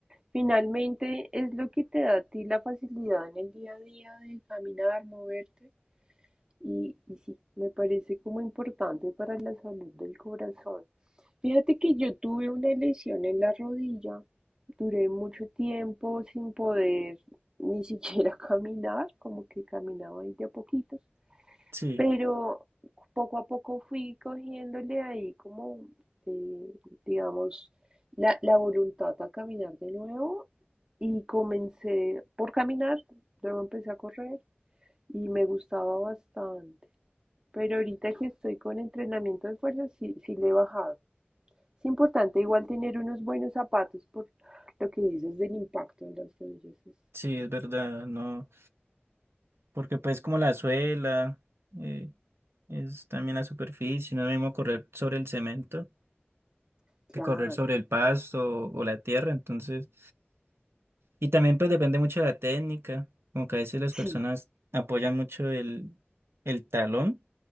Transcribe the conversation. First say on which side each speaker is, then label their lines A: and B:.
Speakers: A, on the right; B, on the right.
A: Finalmente es lo que te da a ti la facilidad en el día a día de caminar, moverte. Y, y sí, me parece como importante para la salud del corazón. Fíjate que yo tuve una lesión en la rodilla, duré mucho tiempo sin poder ni siquiera <laughs> caminar, como que caminaba ahí de a poquitos,
B: Sí.
A: pero poco a poco fui cogiéndole ahí como, eh, digamos, la, la voluntad a caminar de nuevo y comencé por caminar, luego empecé a correr y me gustaba bastante pero ahorita que estoy con entrenamiento de fuerza, sí, sí le he bajado. Es importante igual tener unos buenos zapatos por lo que dices del impacto en las rodillas. es-
B: Sí, es verdad, no, porque pues como la suela, eh, es también la superficie, no es lo mismo correr sobre el cemento
A: Claro,
B: que correr sobre el pasto o, la tierra, entonces, y también pues depende mucho de la técnica, como que a veces las
A: sí,
B: personas apoyan mucho el, el talón